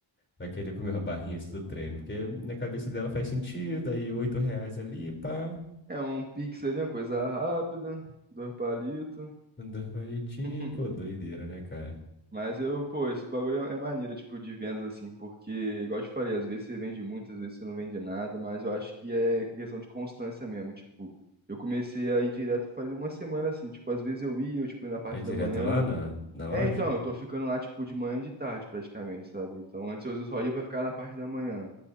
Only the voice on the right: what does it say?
É um pix ali, uma coisa rápida, dois palitos.
<laughs>
Mas eu, pô, esse bagulho é é maneiro, tipo, de vendas, assim, porque, igual eu te falei, às vezes você vende muito, às vezes você não vende nada, mas eu acho que é questão de constância mesmo, tipo, eu comecei a ir direto faz uma semana, assim, tipo, às vezes eu ia, eu, tipo, ia na parte
da manhã,
é, então, eu tô ficando lá, tipo, de manhã e de tarde, praticamente, sabe, então, antes eu só ia pra ficar na parte da manhã,